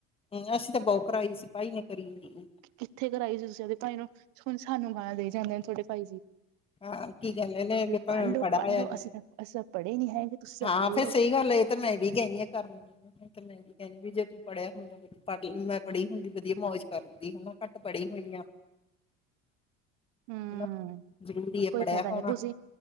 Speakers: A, on the left (about 20°); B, on the right (about 70°).
A: ਹੂੰ, ਅਸੀਂ ਤਾਂ ਬਹੁ ਕਰਾਈ ਸੀ, ਬਾਈ ਨੇ ਕਰੀ ਨੀ।
B: ਕਿੱਥੇ ਕਰਾਈ ਸੀ ਤੁਸੀਂ ਆਪਦੇ ਭਾਈ ਨੂੰ, ਹੁਣ ਸਾਨੂੰ ਗਾਣਾ ਦੇਈ ਜਾਂਦੇ ਨੇ ਤੁਹਾਡੇ ਭਾਈ ਜੀ।
A: ਹਾਂ, ਕੀ ਕਹਿੰਦੇ ਨੇ ਵੀ ਭੈ
B: ਪੜ੍ਹ ਲੋ
A: ਪੜ੍ਹਾਲਿਆ,
B: ਪੜ੍ਹ ਲੋ ਅਸੀਂ ਤਾਂ ਅਸੀਂ ਤਾਂ ਪੜ੍ਹੇ ਨੀ ਹੈਗੇ ਤੁਸੀਂ
A: ਹਾਂ
B: ਤਾਂ ਪੜ੍ਹ
A: ਫੇਰ
B: ਲੋ
A: ਸਹੀ ਗੱਲ ਐ। ਇੱਧਰ ਮੈਂ ਵੀ ਕਹਿੰਨੀ ਆ ਕਰ, ਇੱਥੇ ਤੇ ਮੈਂ ਵੀ ਕਹਿੰਨੀ ਵੀ, ਜੇ ਤੂੰ ਪੜ੍ਹਿਆ ਹੁੰਦਾ ਪੜ੍ਹਲੀ, ਮੈਂ ਪੜ੍ਹੀ ਹੁੰਦੀ ਵਧੀਆ ਮੌਜ ਕਰਦੀ, ਹਨਾ ਘੱਟ ਪੜ੍ਹੀ ਹੋਈ ਆਂ।
B: <inaudible> ਹੂੰ
A: ਹਨਾ ਜ਼ਰੂਰੀ ਹੈ
B: ਕੋਈ
A: ਪੜ੍ਹਿਆ
B: ਫਾਇਦਾ
A: ਹੋਣਾ।
B: ਨਹੀਂ, ਭੂਜੀ